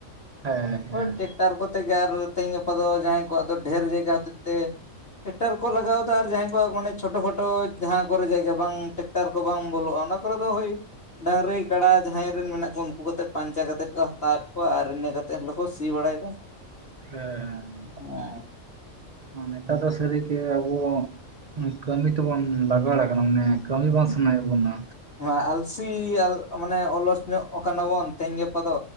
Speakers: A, on the right (about 55°); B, on the left (about 45°).
A: ᱦᱮᱸ ᱦᱮᱸ
B: ᱳᱭ ᱴᱮᱠᱴᱟᱨ ᱠᱚᱛᱮ ᱜᱮ ᱟᱨ ᱛᱮᱦᱤᱧ ᱜᱟᱯᱟ ᱫᱚ ᱡᱟᱦᱟᱸᱭ ᱠᱚᱣᱟᱜ ᱫᱚ ᱰᱷᱹᱮᱨ ᱡᱟᱭᱜᱟ ᱦᱚᱛᱮᱡ ᱛᱮ ᱴᱮᱠᱴᱟᱨ ᱠᱚ ᱞᱟᱜᱟᱣᱮᱫᱟ ᱟᱨ ᱡᱟᱦᱟᱸᱭ ᱠᱚᱣᱟᱜ ᱢᱟᱱᱮ ᱪᱳᱴᱳ ᱠᱷᱳᱴᱳ ᱡᱟᱦᱟᱸ ᱠᱚᱨᱮ ᱡᱟᱭᱜᱟ ᱵᱟᱝ ᱴᱮᱠᱴᱟᱨ ᱠᱚ ᱵᱟᱝ ᱵᱚᱞᱚᱜᱼᱟ ᱚᱱᱟ ᱠᱚᱨᱮ ᱫᱚ ᱦᱳᱭ ᱰᱟᱝᱨᱤ ᱠᱟᱰᱟ ᱡᱟᱦᱟᱸᱭ ᱨᱮᱱ ᱢᱮᱱᱟᱜ ᱠᱚ ᱩᱱᱠᱩ ᱠᱟᱛᱮ ᱯᱟᱧᱪᱟ ᱠᱟᱛᱮᱮᱫ ᱠᱚ ᱦᱟᱛᱟᱣᱮᱫ ᱠᱚᱣᱟ ᱟᱨ ᱤᱱᱟᱹ ᱠᱟ ᱠᱟᱛᱮᱮᱫ ᱦᱚᱞᱮ ᱠᱚ ᱥᱤ ᱵᱟᱲᱟᱭᱮᱫᱟ ᱾
A: ᱦᱮᱸ
B: <unintelligible>
A: ᱱᱮᱛᱟᱨ ᱫᱚ ᱥᱟᱹᱨᱤᱜᱮ ᱟᱵᱚ ᱠᱟᱹᱢᱤ ᱛᱮᱵᱚᱱ ᱞᱟᱜᱟᱣ ᱠᱟᱱᱟ ᱢᱟᱱᱮ ᱠᱟᱹᱢᱤ ᱵᱟᱝ ᱥᱟᱱᱟᱭᱮᱫ ᱵᱚᱱᱟ,
B: ᱱᱚᱣᱟ ᱟᱞᱥᱤ ᱢᱟᱱᱮ ᱚᱞᱚᱥ ᱧᱚᱜ ᱠᱟᱱᱟ ᱵᱚᱱ ᱛᱮᱦᱮᱧ ᱜᱟᱯᱟ ᱫᱚ